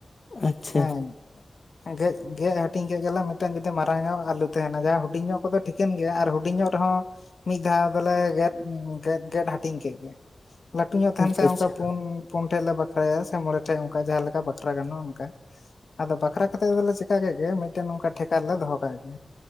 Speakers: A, on the left; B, on the left.
A: ᱟᱪᱪᱷᱟ
B: ᱦᱮᱸ ᱜᱮᱜ ᱜᱮᱜ ᱦᱟᱹᱴᱤᱧ ᱠᱮᱜ ᱜᱮᱞᱮ ᱢᱤᱫᱴᱟᱝ ᱡᱩᱫᱤ ᱢᱟᱨᱟᱝ ᱧᱚᱜ ᱟᱞᱩ ᱛᱟᱦᱮᱸᱱᱟ ᱡᱟᱦᱟᱸ ᱦᱩᱰᱤᱧ ᱧᱚᱜ ᱠᱚᱫᱚ ᱴᱷᱤᱠᱟᱹᱱ ᱜᱮᱭᱟ ᱟᱨ ᱦᱩᱰᱤᱧᱚᱜ ᱨᱮᱦᱚᱸ᱾ ᱢᱤᱫ ᱫᱷᱟᱣ ᱫᱚᱞᱮ ᱜᱮᱫ ᱜᱮᱫ ᱜᱮᱫ ᱦᱟᱹᱴᱤᱧ ᱠᱮᱫ ᱜᱮ᱾ ᱞᱟᱹᱴᱩ ᱧᱚᱜ ᱛᱟᱦᱮᱸᱱ
A: ᱟᱪᱪᱷᱟ
B: ᱠᱷᱟᱡ
A: ᱟᱪᱪᱷᱟ
B: ᱚᱱᱠᱟ ᱯᱩᱱ ᱯᱩᱱ ᱴᱷᱮᱡ ᱞᱮ ᱵᱟᱠᱷᱨᱟᱭᱟ ᱥᱮ ᱢᱚᱬᱮ ᱴᱷᱮᱡ ᱚᱱᱠᱟ ᱡᱟᱦᱟᱸ ᱞᱮ ᱵᱟᱠᱷᱨᱟ ᱜᱟᱱᱚᱜᱼᱟ ᱚᱱᱠᱟ ᱟᱫᱚ ᱵᱟᱠᱷᱨᱟ ᱠᱟᱛᱮ ᱫᱚᱞᱮ ᱪᱮᱠᱟ ᱠᱮᱫ ᱜᱮ ᱢᱤᱫᱴᱮᱱ ᱚᱝᱠᱟ᱾ ᱴᱷᱮᱠᱟ ᱞᱮᱨᱮ ᱫᱚᱦᱚ ᱠᱟᱜ ᱜᱮ